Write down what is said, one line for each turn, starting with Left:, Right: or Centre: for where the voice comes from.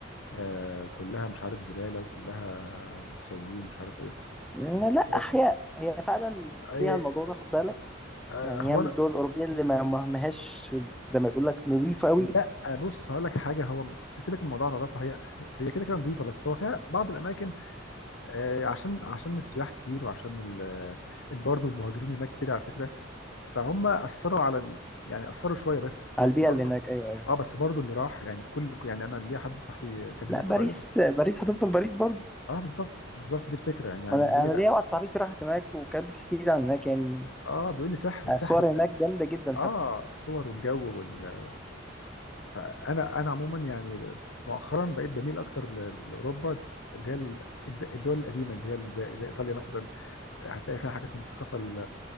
Left: آه، كلها مش عارف زباله وكلها متسولين مش عارف ايه
Centre: يعني
Left: بس
Centre: لا
Left: آه،
Centre: احياء هي فعلا
Left: أي
Centre: فيها الموضوع ده خد بالك
Left: آه،
Centre: يعني
Left: هو
Centre: هي من
Left: انا
Centre: الدول الأوروبية اللي ما ما- ماهاش زي ما بيقول لك نظيفة قوي
Left: لا آه، بص هقول لك حاجه هو سيبك من موضوع النظافه هي هي كده كده نظيفه بس هو فيها بعض الاماكن آه، عشان عشان السياح كتير وعشان ال برضه المهاجرين هناك كتير على فكره فهم اثروا على ال- يعني اثروا شويه بس
Centre: على
Left: بس
Centre: البيئة
Left: برضه
Centre: اللي هناك أيوه أيوه
Left: اه بس برضو اللي راح يعني كل يعني انا ليا حد صاحبي كان
Centre: لا
Left: هناك
Centre: باريس
Left: قريب
Centre: باريس هتفضل باريس برضه
Left: اه بالظبط بالظبط دي الفكره يعني يعني
Centre: ما أنا
Left: بيقول لي
Centre: أنا
Left: لا
Centre: ليا واحدة صاحبتي راحت هناك وكانت بتحكي لي عن هناك يعني
Left: اه بيقول لي سحر
Centre: الصور
Left: سحر بجد
Centre: هناك جامدة جدا حتى
Left: اه الصور والجو وال فانا انا عموما يعني مؤخرا بقيت بميل اكتر ل- لاوروبا اللي هي ال- الد- الدول القديمه اللي هي زي زي ايطاليا مثلا هتلاقي فيها حاجات من الثقافه ال-